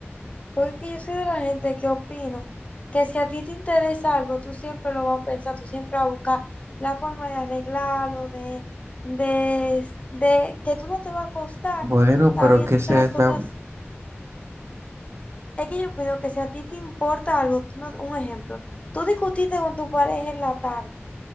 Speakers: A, on the left; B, on the right.
A: Porque yo soy de la gente que opino que si a ti te interesa algo, tú siempre lo vas a pensar, tú siempre vas a buscar la forma de arreglarlo, de, de, de que tú no te va a costar
B: Bueno,
A: sabiendo
B: pero que se
A: que las
B: está...
A: cosas... Es que yo opino que si a ti te importa algo, tú no- un ejemplo, tú discutiste con tu pareja en la tarde,